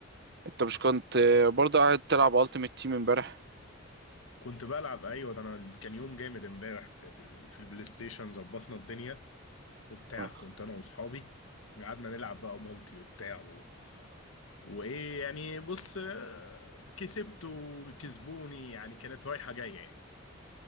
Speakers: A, on the right; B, on the left.
A: انت مش كنت برضه قاعد تلعب ألتيمت تيم امبارح
B: كنت بلعب ايوه ده انا كان يوم جامد امبارح في في البلاي ستيشن ظبطنا الدنيا وبتاع
A: اه
B: كنت انا واصحابي قعدنا نلعب بقى مالتي وبتاع و... وايه يعني بص آه، كسبت وكسبوني يعني كانت رايحه جايه يعني